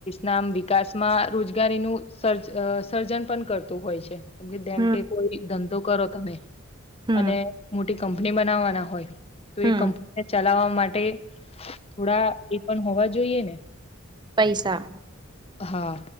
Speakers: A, on the left (about 30°); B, on the right (about 20°).
A: નામ વિકાસમાં રોજગારીનું સર્જ અ સર્જન પણ કરતું હોય છે. કેમકે જેમકે
B: હમ
A: કોઈ ધંધો કરો તમે
B: હમ
A: અને મોટી કંપની બનાવવાના હોય તો
B: હમ
A: એ કંપની ને ચલાવવા માટે થોડા એ પણ હોવા જોઈએ ને.
B: પૈસા
A: હા,